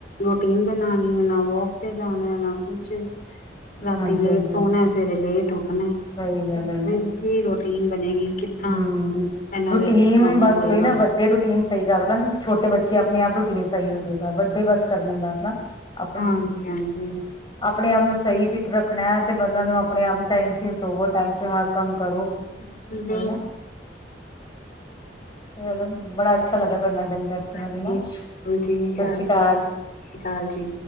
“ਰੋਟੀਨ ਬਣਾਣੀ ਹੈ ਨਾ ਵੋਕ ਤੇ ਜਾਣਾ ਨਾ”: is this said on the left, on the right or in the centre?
Left